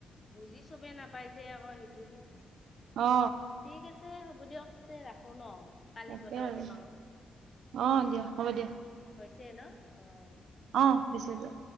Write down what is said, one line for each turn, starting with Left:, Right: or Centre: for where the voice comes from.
Left: বুজি চবেই নাপায় যে আকৌ সেইটোহে।
Right: অ
Left: ঠিক আছে হ'ব দিয়ক তে ৰাখো ন? কালি
Right: তাকে
Left: কথা
Right: আৰু
Left: পাতিম আকৌ
Right: অ দিয়া হ'ব দিয়া।
Left: হৈছে ন' অ'।
Right: অ পিছে দিয়া।